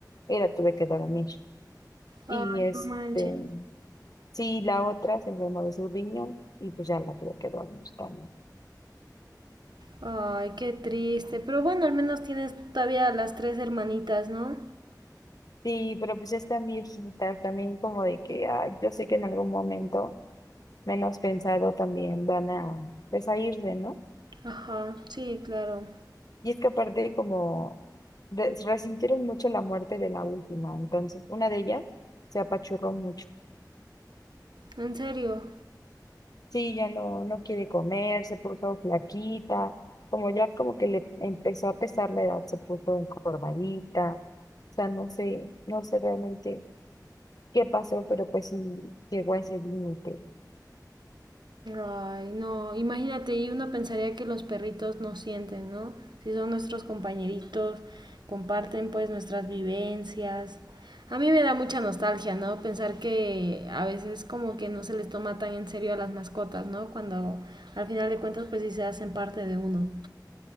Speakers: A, on the left; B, on the right.
A: y la tuve que dormir. Y
B: ay,
A: este,
B: no manches.
A: sí, la otra se enfermó de su riñón y pues ya la tuve que dormir también.
B: Ay, qué triste. Pero bueno, al menos tienes todavía a las tres hermanitas, ¿no?
A: Sí, pero pues ya están viejitas también como de que, ay, yo sé que en algún momento, menos pensado, también van a, pues a irse, ¿no?
B: Ajá, sí, claro.
A: Y es que aparte como de- resintieron mucho la muerte de la última, entonces una de ellas se apachurró mucho.
B: En serio.
A: Sí, ya no, no quiere comer, se puso flaquita, como ya como que le empezó a pesar la edad, se puso encorvadita, o sea, no sé, no sé realmente qué pasó, pero pues sí llegó a ese límite.
B: Ay, no, imagínate, y uno pensaría que los perritos no sienten, ¿no? Si son nuestros compañeritos, comparten pues nuestras vivencias. A mí me da mucha nostalgia, ¿no? Pensar que a veces como que no se les toma tan en serio a las mascotas, ¿no? Cuando al final de cuentas pues sí se hacen parte de uno.